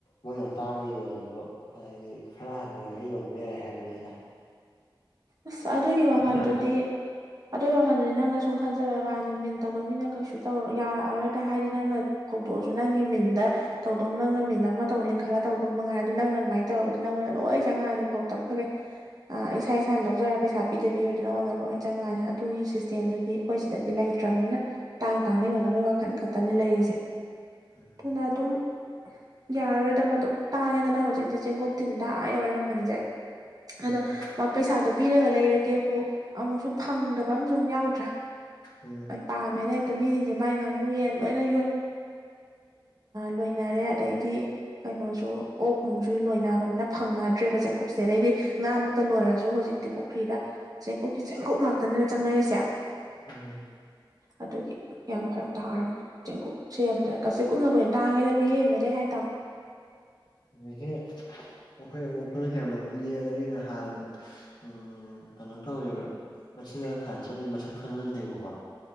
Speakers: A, on the left; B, on the right.
A: ꯃꯣꯏꯅ ꯇꯥꯡꯅ ꯌꯣꯜꯂꯤꯗꯣ ꯍꯥꯏꯗꯤ ꯈꯔ ꯍꯟꯅꯔꯒ ꯌꯣꯟꯕ ꯌꯥꯏ ꯍꯥꯏꯕꯅꯤꯅ
B: ꯑ ꯑꯗꯨꯒꯤ ꯋꯥꯈꯥꯟꯗꯨꯗꯤ
A: ꯌꯥꯝꯅ
B: ꯑꯗꯨ ꯋꯥꯥꯟꯗꯨꯗꯤ ꯅꯪꯅ ꯁꯨꯝ ꯈꯟꯖꯕ ꯋꯥꯅꯤ ꯃꯤꯟ ꯇꯧꯕ ꯃꯤꯅ ꯀꯩꯁꯨ ꯇꯧꯔ ꯌꯥꯔꯛꯑꯔꯣꯏꯗ ꯍꯥꯏꯗꯤ ꯅꯪꯅ ꯐꯧꯗꯣꯛꯑꯁꯨ ꯅꯪꯒꯤ ꯃꯤꯟꯗ ꯇꯧꯗꯧ ꯅꯪꯅ ꯃꯤꯟ ꯑꯃ ꯇꯧ ꯂꯤꯡꯈꯠꯂ ꯇꯧꯗꯧ ꯃꯉꯥꯏꯅ ꯑꯗꯨ ꯅꯪꯅ ꯑꯗꯨꯃꯥꯏꯅ ꯇꯧꯔꯒꯗꯤ ꯅꯉꯣꯟꯗ ꯂꯣꯏ ꯆꯪꯉꯛꯑꯅꯤ ꯐꯧ ꯇ ꯐꯒꯦ ꯑ ꯏꯁꯥ ꯏꯁꯩꯥ ꯂꯧꯖꯔꯒ ꯄꯩꯁꯥ ꯄꯤꯗꯕꯤ ꯑꯣꯏꯔꯗꯅ ꯑꯣꯟꯅ ꯂꯣꯏ ꯆꯪꯉꯛꯅꯤ ꯑꯗꯨꯒꯤ ꯁꯤꯁꯇꯦꯝꯗꯨꯗꯤ ꯑꯩꯈꯣꯏ ꯁꯤꯗꯗꯤ ꯂꯩꯇ꯭ꯔꯕꯅꯤꯅ ꯇꯥꯡ ꯇꯥꯡꯅ ꯌꯣꯟꯅꯕꯩ ꯋꯥꯈꯜ ꯈꯛꯇꯅꯤ ꯂꯩꯔꯤꯁꯦ
A: ꯎꯝ
B: ꯑꯗꯨꯅ ꯑꯗꯨꯝ ꯌꯥꯔꯔꯣꯏꯗ ꯃꯗꯣ ꯇꯥꯡꯉꯦꯗꯅ ꯍꯧꯖꯤꯛꯇꯤ ꯆꯦꯡꯀꯨꯞ ꯇꯤꯟꯗꯥ ꯌꯧꯔꯦ ꯃꯃꯜꯁꯦ
A: ꯎꯝ
B: ꯑꯗ ꯄꯩꯁꯥꯗꯣ ꯄꯤꯔꯒ ꯂꯩꯔꯒꯦꯕꯨ ꯑꯃꯨꯛꯁꯨ ꯐꯪꯗꯕ ꯑꯝꯨꯨꯛ ꯌꯥꯎꯗ꯭ꯔꯥ
A: ꯎꯝ
B: ꯑ ꯄ ꯃꯅ ꯑ ꯃꯤꯁꯤꯡꯁꯦ ꯃꯥꯏ ꯉꯥꯅꯨ ꯌꯦꯟ ꯂꯣꯏꯅ ꯂꯣꯏꯅꯔꯦ ꯑꯗꯩꯗꯤ ꯀꯩꯅꯣꯁꯨ ꯑꯣꯛ ꯅꯨꯡꯁꯨ ꯂꯣꯏꯅꯕꯅꯤꯅ ꯐꯪꯅꯗ꯭ꯔꯦꯕ ꯆꯦꯡꯀꯨꯞꯁꯦ ꯑꯗꯩꯗꯤ ꯉꯥꯃꯨꯛꯇ ꯂꯣꯏꯔ ꯁꯨ ꯍꯧꯖꯤꯛꯇꯤ ꯄꯨꯈ꯭ꯔꯤꯗ ꯆꯦꯡꯀꯨꯞꯀꯤ ꯆꯦꯡꯀꯨꯞ ꯉꯥꯛꯇꯅ ꯆꯪꯅꯔꯤꯁꯦ
A: ꯍꯝ
B: ꯑꯗꯨꯒꯤ ꯌꯥꯝ ꯐꯔꯛ ꯇꯥꯔꯒꯅꯤ ꯆꯦꯡꯀꯨꯞ ꯁꯦꯝ ꯌꯥꯝꯗ꯭ꯔꯀꯁ ꯀꯨꯞꯅꯅꯕ ꯑꯣꯏꯅ ꯇꯥꯡꯉꯦꯗꯕꯤꯔꯦꯝꯃꯦꯗꯩ ꯍꯥꯏꯇꯥꯥꯃꯣ <unintelligible>
A: ꯍꯍꯦ ꯑꯣꯈꯣꯏ ꯑꯣꯛꯇꯨꯅ ꯍ ꯅꯣꯛꯅꯤꯡꯉꯗ ꯑ ꯅꯍꯥꯟ ꯎ ꯀꯩꯅꯣ ꯇꯧꯔꯤꯕ ꯃꯁꯤ ꯉ ꯊꯥꯅ ꯆꯠꯂꯤ ꯃꯁꯛ ꯈꯪꯅꯗꯦꯕꯀꯣ